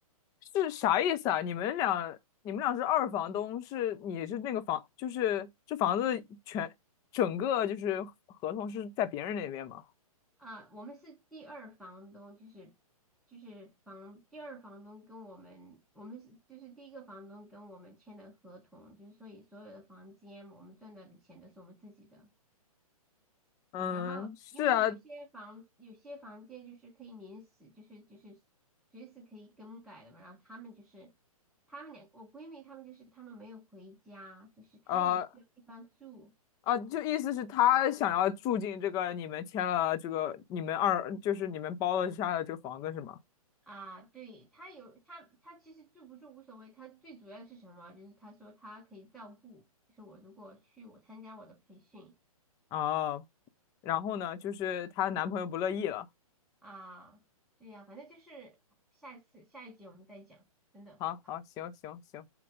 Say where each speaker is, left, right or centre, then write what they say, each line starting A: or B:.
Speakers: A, on the left; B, in the centre.
A: 是啥意思啊？你们俩，你们俩是二房东，是你是那个房，就是这房子全整个就是合同是在别人那边吗？
B: 啊，我们是第二房东，就是就是房第二房东跟我们，我们是就是第一个房东跟我们签的合同，就是所以所有的房间我们赚到的钱都是我们自己的。
A: 嗯，
B: 然后，
A: 是啊，
B: 因为有些房子有些房间就是可以临时，就是就是随时可以更改的嘛。然后他们就是他们两我闺蜜他们就是他们没有回家，就是她也需要地方住
A: 呃啊，就意思是他想要住进这个你们签了这个你们二就是你们包了下的这个房子是吗？
B: 啊。对，她有她她其实住不住无所谓，她最主要是什么？就是她说她可以照顾，就是我如果去我参加我的培训
A: 啊，然后呢，就是她男朋友不乐意了。
B: 啊，对呀、反正就是下一次下一集我们再讲，真的
A: 好好，行行行，